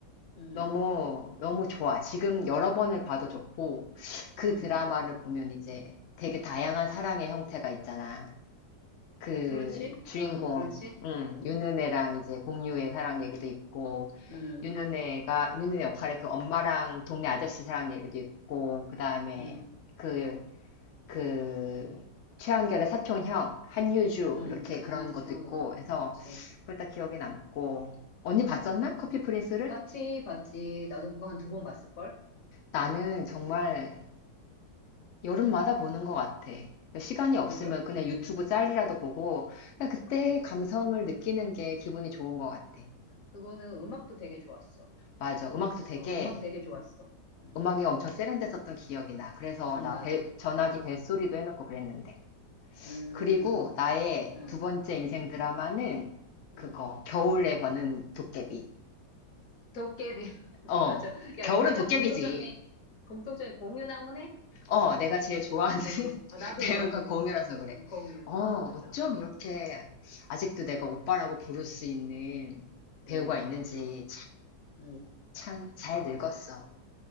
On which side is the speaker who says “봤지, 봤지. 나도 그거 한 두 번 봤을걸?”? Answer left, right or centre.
Left